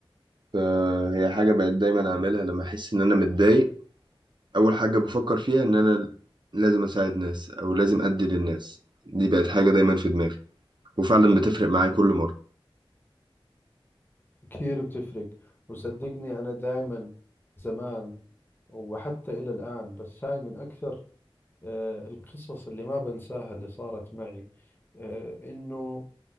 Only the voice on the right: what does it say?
آه، هي حاجة بقت دايما أعملها لما أحس إن أنا متضايق أول حاجة بفكر فيها إن أنا لازم أساعد ناس أو لازم أدي للناس دي بقت حاجة دايما في دماغي وفعلا بتفرق معايا كل مرة